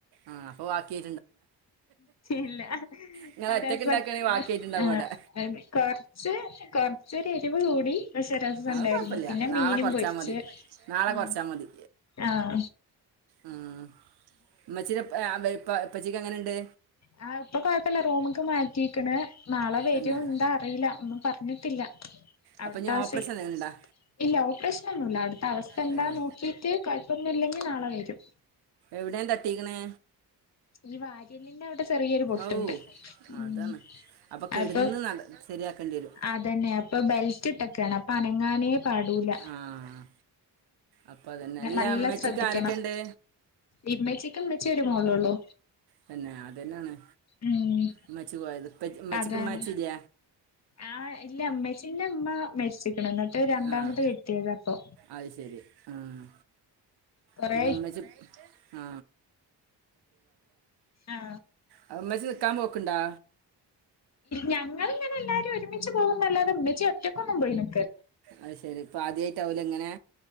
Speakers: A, on the right; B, on the left.
A: ആ ആക്കി
B: ഇല്ല
A: നിങ്ങൾ ഒറ്റക്ക്
B: രസക്കേ
A: ഉണ്ടാക്കുകയാണെങ്കിൽ ബാക്കിയായിട്ടുണ്ടാവും
B: ആ
A: അവിടെ
B: അ കൊറച്ച് കൊറച്ച് ഇവളോടി വിശപ്പ് ഉണ്ടായിരുന്നു
A: അത് കുഴപ്പമില്ല
B: പിന്നെ മീനും
A: നാളെ കുറച്ചാൽ
B: പൊരിച്ച്
A: മതി നാളെ
B: ഉ
A: കുറച്ചാൽ മതി
B: ആഹ
A: ഉം ഉമ്മച്ചിടെ ഇപ്പ എപ്പച്ചിക്ക് എങ്ങനെണ്ട്?
B: ആ ഇപ്പൊ കൊഴപ്പല്ല. റൂമൊക്ക് മാറ്റിയേക്കണ് നാളെ വരും
A: പിന്നെ
B: എന്താ അറിയില്ല ഒന്ന് പറഞ്ഞ ഞ്ഞിട്ടില്ല. അവിടുത്തെ
A: അപ്പം ഇനി
B: അവസ്ഥ.
A: ഓപ്പറേഷൻ എന്തെങ്കിലും ഉണ്ടോ
B: ഇല്ല ഓപ്പറേഷനൊന്നുല്ല അവിടത്തെ അവസ്ഥ എന്താന്ന്
A: പിന്നെ
B: നോക്കീട്ട് കുഴപ്പമൊന്നുമില്ലെങ്കി നാളെ വരും
A: എവിടെയാണ് തട്ടിക്കണേ
B: ഈ വാര്യല്ലിൻ്റെ അവിടെ ചെറിയൊരു പൊട്ടുണ്ട്.
A: ഔ അതാണ്
B: ഉം
A: അപ്പൊ കിടന്ന്
B: അപ്പം
A: നട ശരിയാക്കേണ്ടി വരും
B: അതന്നെ അപ്പൊ ബെൽറ്റ് ഇട്ടെക്കാണ് അപ്പൊ അനങ്ങാനേ പാടൂല
A: ആഹ് അപ്പൊ അതന്നെ അല്ല
B: നല്ല
A: അമ്മച്ചിക്ക്
B: ശ്രദ്ധിക്കണം
A: ആരൊക്കെയുണ്ട്
B: ഇമ്മച്ചിക്കും ഇമ്മച്ചിയും ഒരു മോളൊള്ളൂ
A: പിന്നെ അതന്നെയാണ്
B: ഉം
A: മ്മച്ചി പോയത് ഇപ്പ ഉമ്മച്ചിക്ക്
B: അതാണ്
A: ഉമ്മച്ചി ഇല്ല.
B: ആഹ് ഇല്ല ഉമ്മച്ചിന്റെ ഉമ്മ മരിച്ചിക്കണ് എന്നിട്ട് രണ്ടാമത്
A: ആഹ്
B: കെട്ടിയതാ ഇപ്പൊ
A: അത് ശരി ആഹ്
B: കൊറേ
A: പിന്നെ ഉമ്മച്ചി ആ
B: ആ
A: അത് ഇമ്മച്ചി നിക്കാൻ പോക്ക്ണ്ടോ
B: ഞങ്ങളിങ്ങനെ എല്ലാരും ഒരുമി ച്ച് പോകുന്നല്ലാതെ ഉമ്മച്ചി ഒറ്റക്ക് ഒന്നും പോയി നി
A: അത് ശരി ഇപ്പൊ ആദ്യായിട്ടാവൂലെ ഇങ്ങനെ